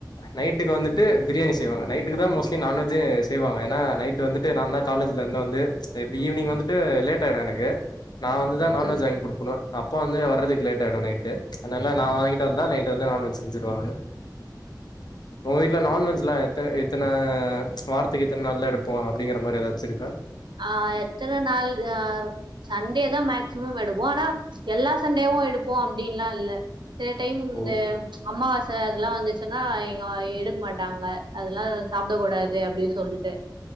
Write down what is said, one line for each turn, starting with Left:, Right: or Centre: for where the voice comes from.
Left: நைட்டுக்கு வந்துட்டு பிரியாணி செய்வாங்க நைட்டுக்கு தா மோஸ்ட்லி நான் வெஜ்ஜே செய்வாங்க ஏனா நைட்டு வந்துட்டு நா தா காலேஜ்லேருந்து வந்து இப்டி ஈவினிங் வந்துட்டு லேட் ஆகிடு எனக்கு நா வந்துதா நான்வெஜ்ஜு
Right: ம்
Left: வாங்கி குடுக்கனு அப்பா வந்து வர்றதுக்கு லேட் ஆகிடு நைட்டு அதனால் நா வாங்கிட்டு வந்து தா நைட்டு வந்து நான்வெஜ் செஞ்சுருவாங்க உங்க வீட்ல நான்வெஜ்லா எத்தன எத்தன வாரத்துக்கு எத்தன நாளா எடுப்போ அப்டிங்கிற மாதிரி ஏதாச்சு இருக்கா
Right: ஆ எத்தன நாள் ஆ சண்டே தா மேக்ஸிமம் எடுப்போ ஆனா எல்லா சண்டேயு எடுப்போ அப் அப்பிடின்ல்லா இல்ல சில டைம்
Left: ஓ
Right: இந்த அம்மாவச ச அதெல்லா வந்துச்சுன்னா இங்க எடுக்க மாட்டாங்க அதெல்லா சாப்பிடக் கூடாது அப்பிடி சொல்ட்டு